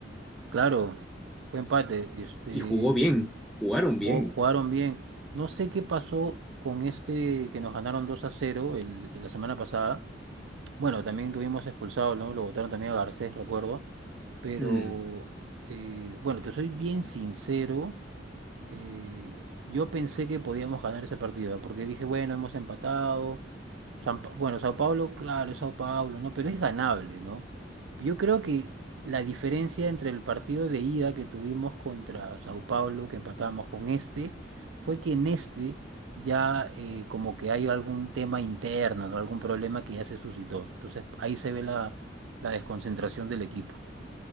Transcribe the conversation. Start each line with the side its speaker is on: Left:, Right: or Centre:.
Right: Claro, fue empate, este,
Centre: Y jugó bien, jugaron
Right: jugó-
Centre: bien.
Right: jugaron bien. No sé qué pasó con este que nos ganaron 2 a cero el- la semana pasada. Bueno, también tuvimos expulsado, ¿no? Lo votaron también a Garcés, recuerdo. Pero,
Centre: Mm.
Right: eh, bueno, te soy bien sincero. eh, yo pensé que podíamos ganar ese partido, ¿ah? porque dije, bueno, hemos empatado. San Pa- bueno, Sao Paulo, claro, es Sao Paulo, ¿no? Pero es ganable, ¿no? Yo creo que la diferencia entre el partido de ida que tuvimos contra Sao Paulo, que empatamos con este, fue que en este ya eh, como que hay algún tema interno, ¿no? Algún problema que ya se suscitó. Entonces ahí se ve la, la desconcentración del equipo.